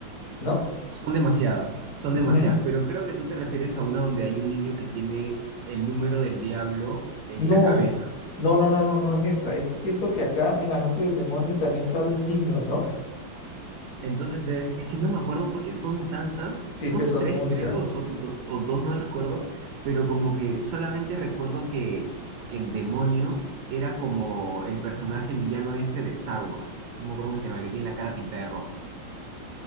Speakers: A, on the left (about 55°); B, on the right (about 75°).
A: ¿no?
B: son demasiadas, son demasiadas,
A: Ujú.
B: pero creo que tú te refieres a una donde hay un niño que tiene el número del diablo en
A: No,
B: la cabeza.
A: no, no, no, no, no es esa. Es que siento que acá en la noche del demonio también sale un niño, ¿no?
B: Entonces es, es que no me acuerdo porque son tantas,
A: Si
B: son
A: es que son
B: tres
A: muchas.
B: creo, o son do- o dos, no recuerdo, pero como que solamente recuerdo que, que el demonio era como el personaje, el villano este de Star Wars, no me acuerdo cómo se llama, que tiene la cara pintada de rojo,